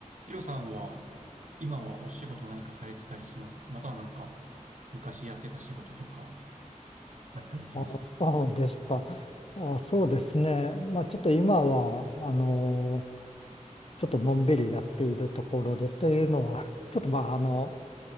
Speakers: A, on the right; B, on the left.
A: ヒロさんは、今はお仕事何かされてたりしますかまたはなんか、昔やってた仕事とか、あったりしますか
B: あそうですか。あ、そうですね。まあちょっと今は、あのちょっとのんびりやっているところでというのは、<laughs> ちょっとまああの、